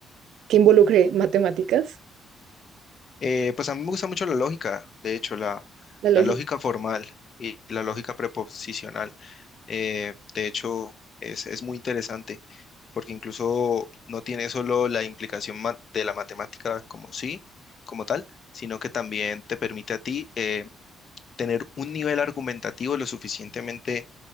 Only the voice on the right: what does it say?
que involucre matemáticas,
la lógica?